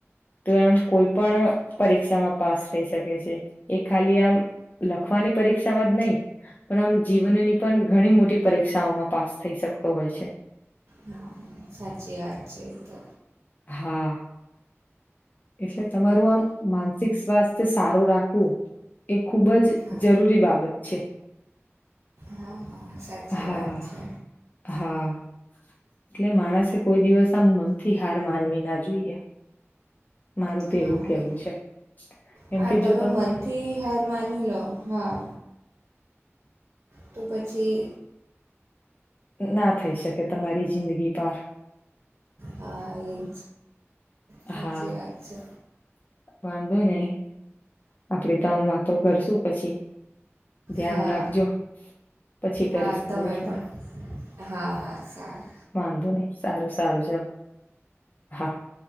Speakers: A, on the left (about 35°); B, on the right (about 85°).
A: તો આમ કોઈ પણ પરીક્ષામાં પાસ થઈ શકે છે, એ ખાલી આમ લખવાની પરીક્ષામાં જ નહી પણ આમ જીવનની પણ ઘણી મોટી પરીક્ષાઓમાં પાસ થઈ શકતો હોય છે.
B: હા. સાચી વાત છે એ તો.
A: હા. એટલે તમારું આમ માનસિક સ્વાસ્થ્ય સારું રાખવું એક ખૂબ જ
B: હા
A: જરૂરી બાબત છે.
B: હા હા સાચી
A: હા.
B: વાત છે
A: હા. એટલે માણસે કોઈ દિવસ આમ મનથી હાર માનવી ના જોઈએ મારું તો
B: હા
A: એવું કેવું
B: એ
A: છે. કેમ
B: હા,
A: કે
B: તમે
A: જો
B: મનથી હાર માની લો હા તો પછી
A: ના થઈ શકે તમારી જિંદગી પાર
B: હા એજ સાચી
A: હા
B: વાત છે
A: વાંધો નહી આપડે તો આમ વાતો કરશું પછી ધ્યાન
B: હા
A: રાખજો, પછી કરીશ
B: હા
A: તમને
B: તમે
A: ફોન
B: પણ હા. હા. સારું.
A: વાંધો નહી સારું સારું, જાવ હા.